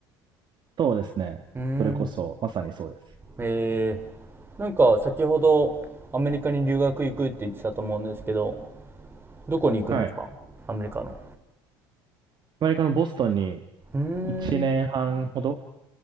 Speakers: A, on the right (about 45°); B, on the right (about 20°).
A: そうですね。
B: うーん。
A: それこそ、まさにそうです。
B: えー、なんか先ほどアメリカに留学行くって言ってたと思うんですけど、どこに行くんですかアメリカの。
A: はい。アメリカのボストンに
B: うー
A: 1年半ほど
B: ん、